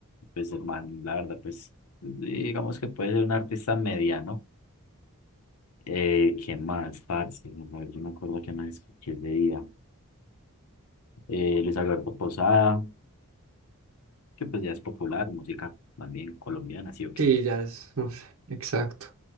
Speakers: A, on the left; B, on the right.
A: pues hermano, la verdad, pues digamos que puede ser un artista mediano. Eh, ¿qué más, parce? No, no, yo no me acuerdo qué más escuché ese día. Eh, Luis Alberto Posada, que pues ya es popular, música más bien colombiana, ¿sí o qué?
B: Sí, ya es, uf, exacto.